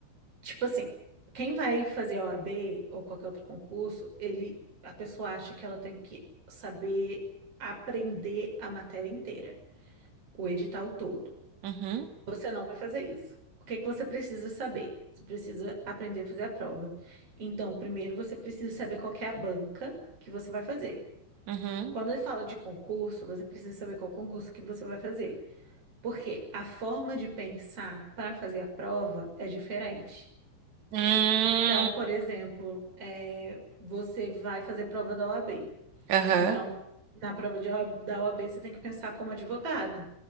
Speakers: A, on the right; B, on the right.
A: Tipo assim, quem vai fazer a OAB ou qualquer outro concurso, ele, a pessoa acha que ela tem que saber aprender a matéria inteira, o edital todo.
B: uhum,
A: Você não vai fazer isso. O que é que você precisa saber? Você precisa aprender a fazer a prova. Então, primeiro você precisa saber qual que é a banca que você vai fazer.
B: uhum.
A: Quando ele fala de concurso, você precisa saber qual concurso que você vai fazer. Porque a forma de pensar para fazer a prova é diferente.
B: Hum,
A: Então, por exemplo, é, você vai fazer prova da OAB.
B: aham,
A: Então, na prova de OAB, da OAB, você tem que pensar como advogado.